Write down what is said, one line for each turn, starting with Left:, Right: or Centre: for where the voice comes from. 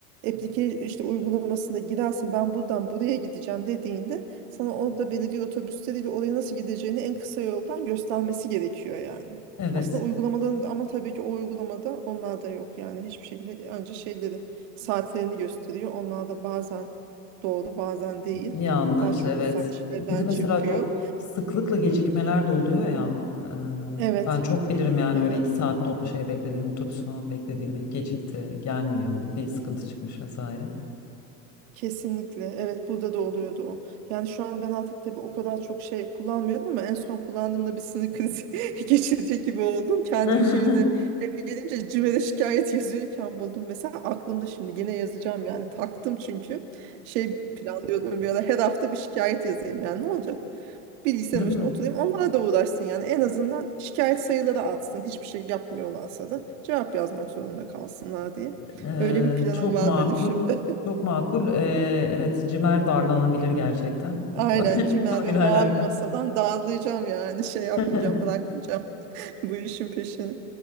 Right: application işte uygulamasında girersin. Ben buradan buraya gideceğim dediğinde sana orada belediye otobüsleriyle oraya nasıl gideceğini en kısa yoldan göstermesi gerekiyor yani.
Left: Evet.
Right: Aslında uygulamaların ama tabii ki o uygulamada onlar da yok yani hiçbir şekilde ancak şeyleri saatlerini gösteriyor. Onlar da bazen doğru bazen değil.
Left: Yanlış,
Right: Daha çok
Left: evet.
Right: insan çileden
Left: Bir de mesela
Right: çıkıyor.
Left: çok sıklıkla gecikmeler de oluyor ya. Ee,
Right: Evet,
Left: ben çok bilirim yani
Right: evet.
Left: öyle iki saat do- şey beklediğim otobüs falan beklediğimi gecikti, gelmiyor, bir sıkıntı çıkmış vesaire.
Right: Kesinlikle. Evet, burada da oluyordu o. Yani şu an ben artık tabii o kadar çok şey kullanmıyorum ama en son kullandığımda bir sinir krizi <laughs> geçirecek gibi oldum. Kendimi
Left: <laughs>
Right: şeyde eve gelince CİMER'e şikayet yazıyorken buldum. Mesela aklımda şimdi gene yazacağım yani taktım çünkü. Şey planlıyordum bir ara her hafta bir şikayet yazayım yani ne olacak? Bilgisayarın
Left: Değil
Right: başına
Left: mi?
Right: oturayım onlara da uğraşsın yani en azından şikayet sayıları artsın hiçbir şey yapmıyorlarsa da cevap yazmak zorunda kalsınlar diye.
Left: Ee,
Right: Öyle bir planım
Left: çok
Right: var
Left: makul,
Right: benim şimdi.
Left: çok makul. Ee, evet, cimer darlanabilir gerçekten bu
Right: Aynen
Left: konu- <laughs>
Right: Cimel
Left: konuyla
Right: ve Mavi
Left: alakalı.
Right: Masa'dan dağılacağım yani şey yapmayacağım
Left: <laughs>
Right: bırakmayacağım <laughs> bu işin peşini.